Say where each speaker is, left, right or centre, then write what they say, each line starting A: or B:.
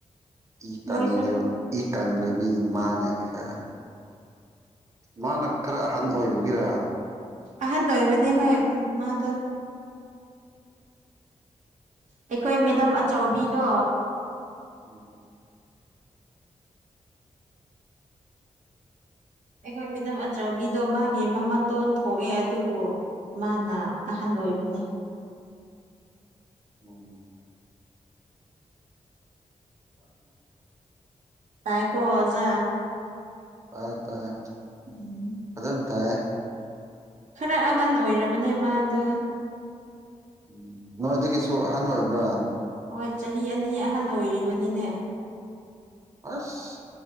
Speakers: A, on the right; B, on the right.
A: ꯏ ꯀꯪꯗ
B: ꯃꯣꯏꯁꯨ
A: ꯀꯥꯡꯗ꯭ꯔꯦꯕꯤ ꯃꯥꯅ ꯈꯔ ꯃꯥꯅ ꯈꯔ ꯑꯍꯟ ꯑꯣꯏꯕꯒꯤꯔ
B: ꯑꯍꯥꯟ ꯅꯣꯏ ꯃꯅꯤ ꯍꯣꯏ ꯃꯥꯗ ꯑꯩꯈꯣꯏ ꯃꯦꯗꯥꯝ ꯑꯆꯥꯎꯕꯤꯗꯣ
A: ꯎꯝ
B: ꯑꯩꯈꯣꯏ ꯃꯦꯗꯥꯝ ꯑꯆꯧꯕꯤꯗꯣ ꯃꯥꯒꯤ ꯃ ꯃꯇꯣꯟ ꯊꯣꯛꯑꯦ ꯑꯗꯨꯕꯨ ꯃꯥꯅ ꯑꯍꯟ ꯑꯣꯏꯕꯅꯦ
A: <inaudible> <inaudible>
B: ꯇꯥꯏꯀꯣꯖꯥ
A: ꯇꯌꯦ ꯇꯌꯦ
B: ꯎꯝ
A: ꯑꯗꯇ
B: ꯈꯔ ꯑꯍꯟ ꯑꯣꯏꯔꯕꯅꯦ ꯃꯥꯗ
A: ꯎꯝ ꯅꯣꯏꯗꯒꯤꯁꯨ ꯑꯍꯟ ꯑꯣꯏꯕ꯭ꯔꯥ
B: ꯍꯣꯏ ꯆꯍꯤ ꯑꯅꯤ ꯑꯍꯟ ꯑꯣꯏꯔꯤꯕꯅꯤꯅꯦ
A: ꯑꯁ